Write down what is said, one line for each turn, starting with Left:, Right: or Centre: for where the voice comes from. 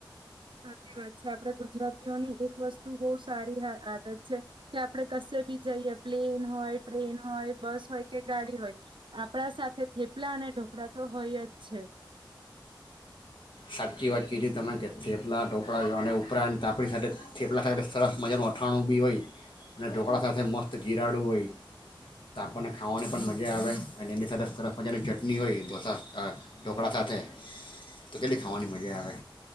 Right: સાચી વાત છે આપણે ગુજરાતીઓની એક વસ્તુ બહુ સારી આદત છે કે આપડણે કશે બી જઈએ પ્લેન હોય ટ્રેન હોય બસ હોય કે ગાડી હોય આપણા સાથે થેપલા અને ઢોકળા તો હોય જ છે
Left: સાચી વાત કીધી તમે કે થેપલા ઢોકા અને ઉપરાંત તાપડી સાથે થેપલા સાથે સરસ મજાનું અથાણું બી હોય અને ઢોકળા સાથે મસ્ત જીરાડું હોય તોાપણને ખાવાની પણ મજા આવે અને એની સાથે સરસ મજાની ચટણી હોય ઢોસા ઢોકળા સાથે તો કેટલી ખાવાની મજા આવે